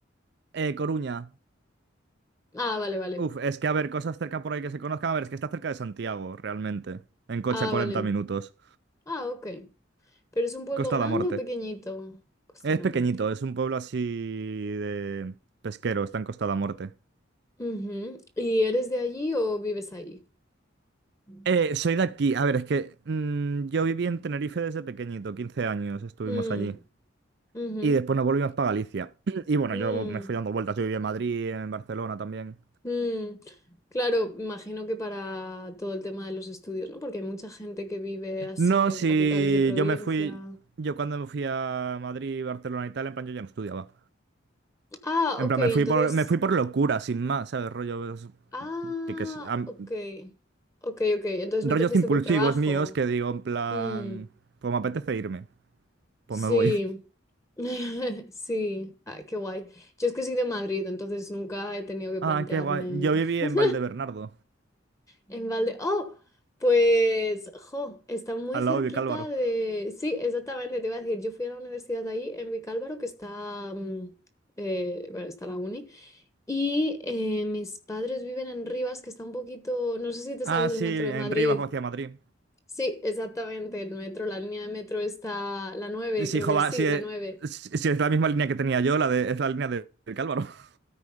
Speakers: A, on the right; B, on the left.
A: Eh, Coruña.
B: Ah, vale, vale.
A: Uf, es que a ver, cosas cerca por ahí que se conozcan, a ver, es que está cerca de Santiago, realmente. En coche
B: Ah,
A: a 40
B: vale.
A: minutos.
B: Ah, ok. ¿Pero es un pueblo
A: Costa
B: grande
A: da Morte.
B: o pequeñito? Costa
A: Es
B: de la
A: pequeñito,
B: Muerte.
A: es un pueblo así de pesquero, está en Costa de la Morte.
B: Ujú. ¿Y eres de allí o vives allí? Mm,
A: Eh, soy de aquí. A ver, es que mm, yo viví en Tenerife desde pequeñito, 15 años estuvimos
B: mm,
A: allí.
B: ujú,
A: Y después nos volvimos para Galicia. <clears throat> Y bueno,
B: mm,
A: yo me fui dando vueltas, yo viví en Madrid, en Barcelona también.
B: mm. Claro, imagino que para todo el tema de los estudios, ¿no? Porque hay mucha gente que vive así
A: No,
B: en
A: si
B: capitales de provincia.
A: yo me fui, yo cuando me fui a Madrid, Barcelona y tal, en plan yo ya no estudiaba.
B: Ah,
A: En
B: ok,
A: plan,
B: entonces.
A: me fui por, me fui por locura, sin más, ¿sabes? Rollos,
B: Ah,
A: tiques- am-
B: ok. Ok, ok. Entonces no
A: rollos
B: te fuiste
A: impulsivos
B: por trabajo.
A: míos que digo, en plan,
B: Mm,
A: pues me apetece irme. Pues
B: Sí,
A: me voy. <laughs>
B: <laughs> sí, ah, qué guay. Yo es que soy de Madrid, entonces nunca he tenido que
A: Ah,
B: plantearme
A: qué guay. Yo viví
B: <laughs>
A: en Valdebernardo,
B: en balde. Oh, pues, jo, está muy
A: al
B: cerquita
A: lado de Vicálvaro.
B: de... Sí, exactamente, te iba a decir, yo fui a la universidad de ahí, en Vicálvaro, que está, mm, eh, bueno, está la uni, y eh, mis padres viven en Rivas, que está un poquito, no sé si te
A: Ah,
B: sabes
A: sí,
B: el metro
A: en
B: de Madrid.
A: Rivas, hacia Madrid.
B: Sí, exactamente, el metro, la línea de metro está, la 9,
A: Sí,
B: creo
A: jova,
B: que sí,
A: sí, eh,
B: la 9.
A: sí, sí, es la misma línea que tenía yo, la de, es la línea de Vicálvaro. <laughs>